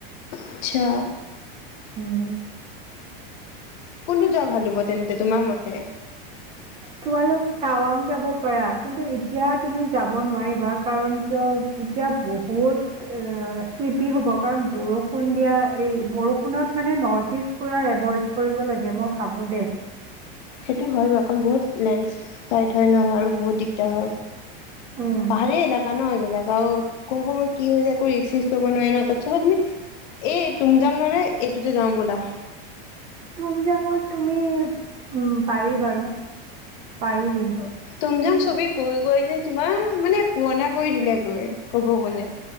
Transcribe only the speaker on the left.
আচ্ছা
কোনটোত যোৱা ভাল হ'ব তেন্তে তোমাৰ মতে?
সেইটো হয় বাৰু, কাৰণ বহুত লেণ্ডস্লাইড হয় ন আৰু বহুত দিগদাৰ হয়।
পাহাৰীয়া এলেকা ন, এইবোৰ? নেযাওঁ, কোন সময়ত কি হৈ যায়, একো ৰিস্ক-চিস্ক ল'ব নোৱাৰি ন। তাতচে ভাল, তুমি এই, টুমযাঙ মানে, এইটোতে যাওঁ বলা।
তুমজাং চবেই গৈ গৈ যে তোমাৰ, মানে পুৰণা কৰি দিলে গৈ, ক'ব গ'লে